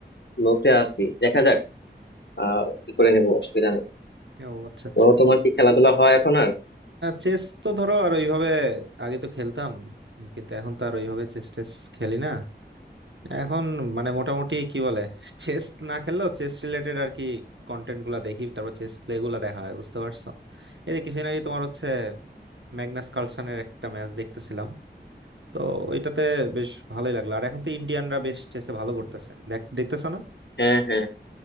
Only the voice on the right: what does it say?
ও আচ্ছা আচ্ছা
চেস তো ধরো আর ওইভাবে আগে তো খেলতাম উম, কিন্তু এখন তো আর ওইভাবে চেস টেস খেলি না এখন মানে মোটামুটি কি বলে চেস না খেললেও চেস রিলেটেড আর কি কন্টেন্ট গুলা দেখি তারপর চেস প্লে গুলা দেখা হয় বুঝতে পারছো এই যে কিছুদিন আগে তোমার হচ্ছে ম্যাগনাস কার্লসেনের একটা ম্যাচ দেখতেছিলাম তো ওইটাতে বেশ ভালোই লাগলো আর এখন তো ইন্ডিয়ানরা বেশ চেসে ভালো করতেছে দেখ দেখতেছো না